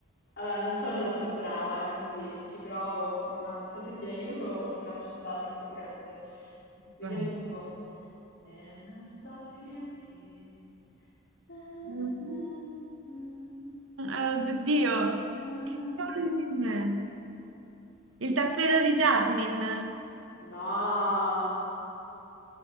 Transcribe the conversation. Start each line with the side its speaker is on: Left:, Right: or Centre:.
Left: allora, non sono tanto brava, eh, quindi ci provo, ma non so se ti aiuto o ti faccio un danno più grande. Vediamo
Right: vai.
Left: un po'. È una storia che... na, na,
Right: Mm.
Left: na, na,
Right: Eh, oddio.
Left: na,
Right: Che
Left: na, na,
Right: cavolo
Left: na.
Right: di film è? Il tappeto di Jasmine.
Left: No,